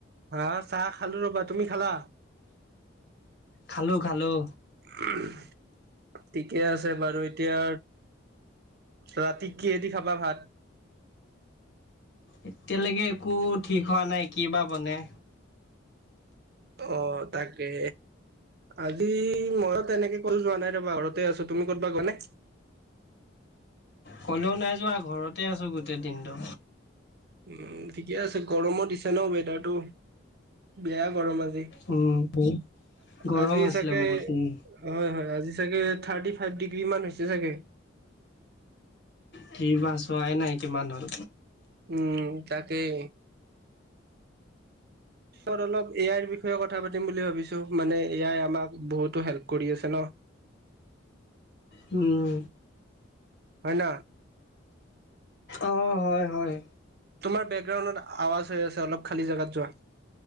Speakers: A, on the right (about 50°); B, on the left (about 55°).
A: হা চাহ খালোঁ ৰ'বা, তুমি খালা?
B: খালোঁ, খালোঁ।
A: <unintelligible> ঠিকে আছে বাৰু এতিয়া ৰাতি কিহেদি খাবা ভাত?
B: এতিয়ালৈকে একো ঠিক হোৱা নাই কি বা বনে।
A: অ' তাকে, আজি মইয়ো তেনেকে ক'তো যোৱা নাই ৰ'বা ঘৰতে আছো তুমি ক'ৰবাত গ'লা নে?
B: ক'লেও নাই যোৱা ঘৰতে আছোঁ গোটেই দিনটো।
A: উম, ঠিকে আছে গৰমো দিছে ন ৱেডাৰটো বেয়া গৰম আজি।
B: উম, বহুত গৰম
A: আজি
B: আছিলে
A: চাগে
B: বহুত।
A: হয়,
B: উম,
A: হয়, আজি চাগে থাৰ্টি ফাইভ ডিগ্ৰী মান হৈছে চাগে!
B: কি বা চোৱাই নাই কিমান হ'ল।
A: উম, তাকেই। লগত অলপ এ আইৰ বিষয়ে কথা পাতিম বুলি ভাবিছো মানে এ আই আমাক বহুতো হেল্প কৰি আছে ন।
B: উম।
A: হয় ন?
B: অ', হয় হয়।
A: তোমাৰ বেকগ্ৰাউণ্ডত আৱাজ হৈ আছে অলপ খালী জেগাত যোৱা।